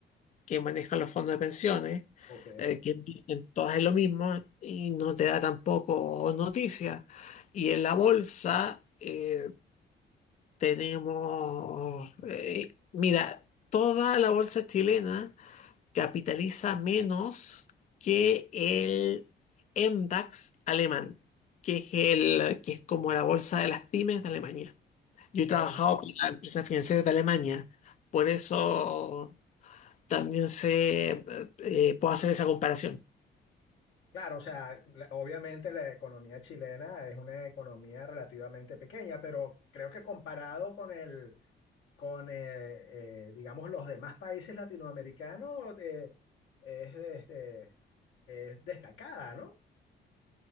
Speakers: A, on the left; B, on the left.
A: que manejan los fondos de pensiones,
B: Ok.
A: eh, que invierten todas es lo mismo y no te da tampoco noticia. Y en la bolsa... eh, tenemos, eh, mira, toda la bolsa chilena capitaliza menos que el MDAX alemán, que es el, que es como la bolsa de las pymes de Alemania. Yo he
B: Bueno,
A: trabajado con la empresa financiera de Alemania, por eso también sé, eh, eh, puedo hacer esa comparación.
B: claro, o sea, la- obviamente la economía chilena es una economía relativamente pequeña, pero creo que comparado con el con, eh, eh, digamos, los demás países latinoamericanos eh, es, este, es destacada, ¿no?